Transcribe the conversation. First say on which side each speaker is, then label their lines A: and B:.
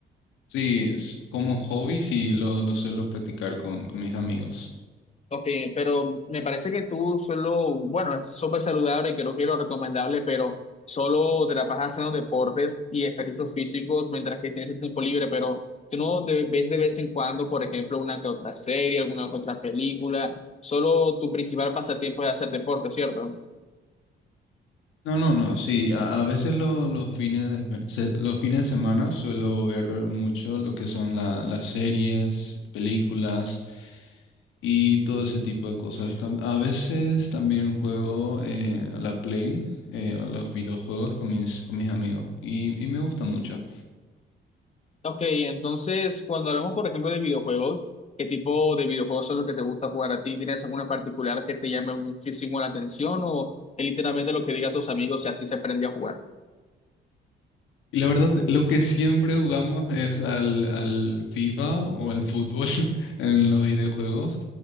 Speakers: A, on the left; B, on the left.
A: Sí, es- como hobby sí lo, lo suelo practicar con, con mis amigos.
B: Ok, pero me parece que tú solo, bueno, es súper saludable y creo que es lo recomendable, pero solo te la pasas haciendo deportes y ejercicios físicos mientras que tienes el tiempo libre, pero tú no de- ves de vez en cuando, por ejemplo, una que otra serie, alguna que otra película, solo tu principal pasatiempo es hacer deporte, ¿cierto?
A: No, no, no, sí, a, a veces lo- los fines de, se- los fines de semana suelo ver mucho lo que son la- las series, películas y todo ese tipo de cosas. Tam- A veces también juego eh, a la Play, eh, a los videojuegos con mis, con mis amigos y, y me gusta mucho.
B: Ok, entonces cuando hablamos, por ejemplo, de videojuegos, ¿qué tipo de videojuegos son los que te gusta jugar a ti? ¿Tienes alguno en particular que te llame muchísimo la atención o es literalmente lo que diga tus amigos y así se aprende a jugar?
A: Y la verdad, lo que siempre jugamos es al, al FIFA o al fútbol <laughs> en los videojuegos